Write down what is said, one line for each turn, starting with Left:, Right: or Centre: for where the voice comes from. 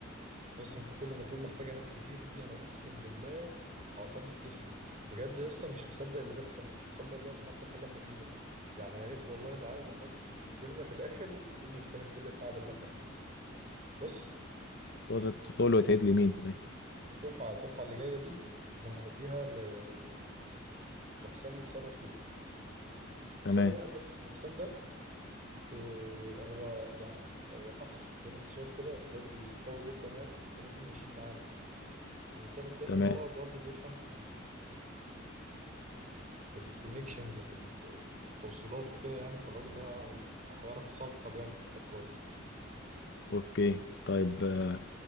Right: يس انت كل ما تقول محتاجه ناس كتير دي انا اقسم بالله اعصابي بتفلت بجد يا اسطى مش مصدق اللي بيحصل مش مصدق اللي الموقف اللي احنا فيه ده يعني يا ريت والله العائد المادي اللي يجي لنا في الاخر يكون يستاهل كل التعب اللي احنا فيه ده بص
Left: تقول تقول وتعيد
Right: الد-
Left: لي مين طيب،
Right: الدفعه الدفعه اللي جايه دي احنا هنديها ل- لحسام يتصرف فيها بسبب
Left: تمام
Right: واحد بس ان حسام ده اه، هو يعني هو فحل زي ما انت شايف كده الراجل قوي جدا يعني وممكن يشيل معانا وسبب تاني
Left: تمام
Right: ان هو برضه بيفهم في في الكونكشنز وفي ال- في التوصيلات وكده يعني فالراجل ده هي- هيعرف يصلي طب يعني المكان كويس
Left: اوكي طيب آه،